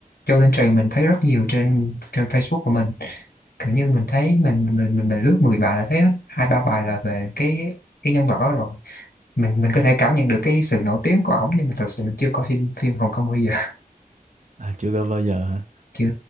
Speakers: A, on the left; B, on the right.
A: Châu Tinh Trì mình thấy rất nhiều trên trên Facebook của mình kiểu như mình thấy mình mình mình, mình lướt 10 bài là thấy hết, hai ba bài là về cái cái nhân vật đó rồi mình mình có thể cảm nhận được cái sự nổi tiếng của ổng nhưng mà thật sự mình chưa có phim phim Hồng Kông bao giờ
B: à chưa coi bao giờ hả
A: <laughs> chưa